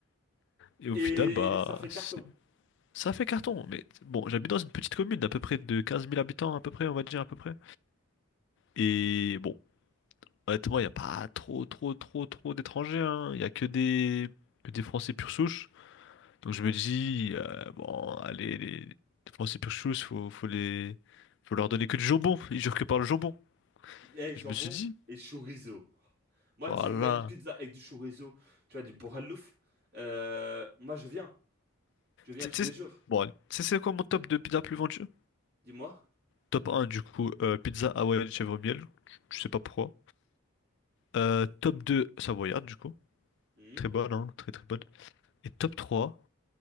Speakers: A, on the left; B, on the right.
A: Et au
B: Et
A: final, bah,
B: ça fait carton.
A: c'est- ça a fait carton. Mais bon, j'habite dans une petite commune d'à peu près de quinze mille habitants, à peu près, on va dire, à peu près. Et bon, honnêtement, il n'y a pas trop, trop, trop, trop d'étrangers, hein. Il n'y a que des, que des Français pure souche. Donc je me dis, euh, bon, allez, les, les Français pure chose, faut, faut les, faut leur donner que du jambon. Ils jurent que par le jambon.
B: Eh, jambon
A: Et je me suis dit,
B: et chorizo. Moi,
A: voilà.
B: tu me mets une pizza avec du chorizo, tu vois, du bourralouf. Euh, moi, je viens. Je viens
A: Tu
B: tous
A: tu
B: les
A: sais,
B: jours.
A: bon, allez. Tu sais c'est quoi mon top de pizza plus vendue?
B: Dis-moi.
A: Top un du coup, euh, pizza hawaïenne chèvre miel. Je je sais pas pourquoi. Euh, top 2 savoyarde, du coup.
B: Hmm
A: Très bonne, hein, très très bonne. Et top 3